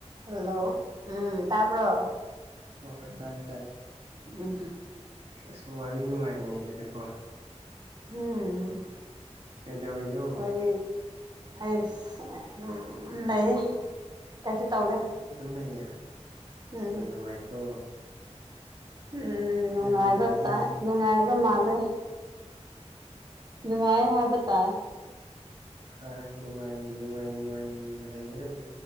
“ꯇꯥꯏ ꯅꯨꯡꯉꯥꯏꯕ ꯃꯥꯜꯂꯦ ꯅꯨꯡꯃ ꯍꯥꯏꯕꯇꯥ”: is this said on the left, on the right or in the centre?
Right